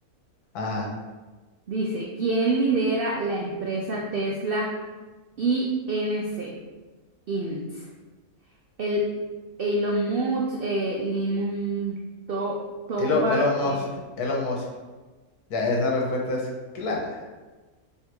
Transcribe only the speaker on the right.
Dice, ¿quién lidera la empresa Tesla I N C. Inc. El Elon Musk, eh, Limon Mun- To- Towar,
eh,